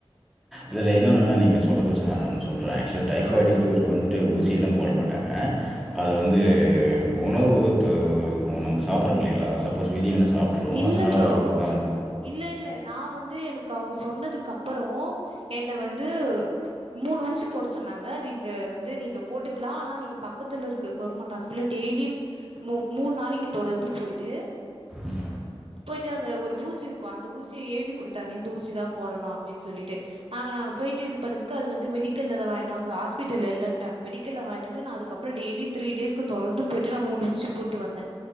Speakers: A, in the centre; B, on the right.
A: இதுல என்ன ஒண்ணுன்னா நீங்க சொல்றத வச்சு நானு ஒன்னு சொல்றேன் ஆக்சுவல் டைப்பாயிடு
B: ஆ
A: ஃபீவருக்கு வந்துட்டு ஊசி எல்லாம் போட மாட்டாங்க அது வந்து உணவு து நம்ம சாப்ரோ இல்லிங்களா சப்போஸ் வெளிய எங்கனா சாப்ட்டுருவோம்.
B: இல்ல
A: அதனால
B: ப்ரோ
A: வர்றது தான்.
B: இல்ல இல்ல நா வந் து எனக்கு அவ்ங்க சொன்னதுக்கப்பறோ என்ன வந்து மூணு ஊசி போட சொன்னாங்க அது இங் க வந்து நீங்க போட்டுக் லா ஆனா நீங்க பக்கத்துல இருக்க கவர்மெண்ட் ஹாஸ்பிடல்ல டெய்லி மூ மூண் நாளைக்கு தொடர்ந்து போயிட்டு
A: ம்
B: போய்டட்டு அங்க ஒ ஒரு ஊசி இருக்கு அந்த ஊசிய எழுதி குடுத்தாங்க இந்த ஊசி தா போடணு அப்டின் சொல்லிட்டு அவ்ங்க ஆ போயிட்டு இது பண்ணதுக்கு அவ்ங்க வந்து மெடிக்கல்ல இத வாய்ன்ட்வாங்க ஹாஸ்பிட்டல்ல இல்லன்டாங்க மெடிக்கல்ல வாய்ன்டு வந்து நா அதுக்கப்பற டெய் லி த்ரீ டேஸ்க்கு தொடர்ந்து போயிட்டு நானு அந்த ஊசி போட்டு வந்தே